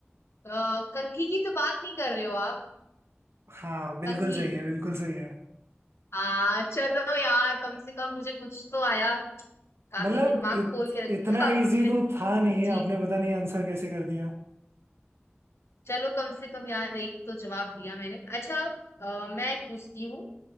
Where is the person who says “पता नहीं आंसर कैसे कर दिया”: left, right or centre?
Right